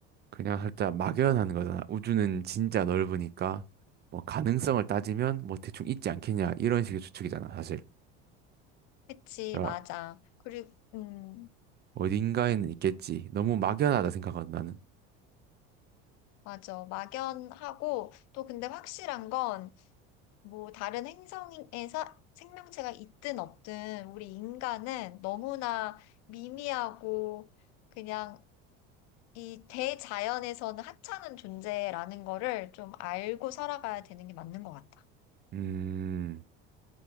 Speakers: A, on the right (about 35°); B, on the left (about 65°).
A: 그냥 살짝 막연한 거잖아. 우주는 진짜 넓으니까, 뭐, 가능성을 따지면, 뭐, 대충 있지 않겠냐, 이런 식의 추측이잖아, 사실.
B: 그치,
A: 그러니까
B: 맞아. 그리고, 음,
A: 어딘가에는 있겠지. 너무 막연하다 생각하거든, 나는.
B: 맞아. 막연하고, 또 근데 확실한 건, 뭐, 다른 행성에서 생명체가 있든 없든, 우리 인간은 너무나 미미하고, 그냥 이 대자연에서는 하찮은 존재라는 거를 좀 알고 살아가야 되는 게 맞는 것 같아.
A: 음,